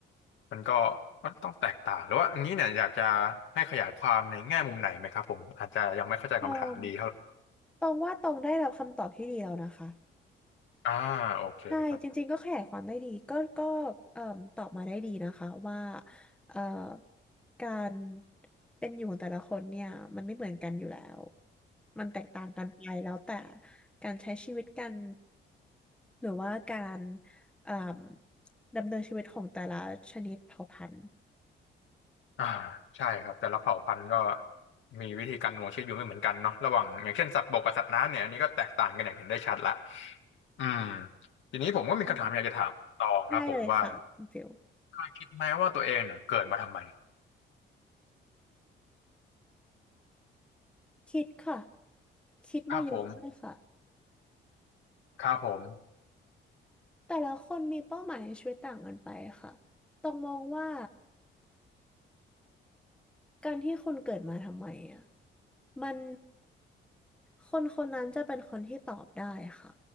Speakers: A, on the left (about 70°); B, in the centre.
A: มันก็มันต้องแตกต่างหรือว่าอันนี้เนี่ยอยากจะให้ขยายความในแง่มุมไหนไหมครับผมอาจจะยังไม่เข้าใจคำถามดีเท่าไหร่
B: อออตรงว่าตรงได้รับคำตอบที่ดีแล้วนะคะ
A: อ่าโอเคครับ
B: ใช่จริงๆก็ขยายความได้ดีก็ก็เอ่มตอบมาได้ดีนะคะว่าเอ่อการเป็นอยู่ของแต่ละคนเนี่ยมันไม่เหมือนกันอยู่แล้วมันแตกต่างกันไปแล้วแต่การใช้ชีวิตกันหรือว่าการเอ่มดำเนินชีวิตของแต่ละชนิดเผ่าพันธุ์
A: อ่าใช่ครับแต่ละเผ่าพันธุ์ก็มีวิธีการดำรงชีวิตอยู่ไม่เหมือนกันเนาะระหว่างอย่างเช่นสัตว์บกกับสัตว์น้ำเนี่ยอันนี้ก็แตกต่างกันอย่างเห็นได้ชัดละอืมทีนี้ผมก็มีคำถามอยากจะถามตองครับผมว่า
B: ได้ได้เลยค่ะคุณฟิล
A: เคยคิดไหมว่าตัวเองเนี่ยเกิดมาทำไม
B: คิดค่ะคิดมาเยอะด้วยค่ะ
A: ครับผมครับผม
B: แต่ละคนมีเป้าหมายในชีวิตต่างกันไปค่ะต้องมองว่า การที่คนเกิดมาทำไมอ่ะมันคนคนนั้นจะเป็นคนที่ตอบได้ค่ะ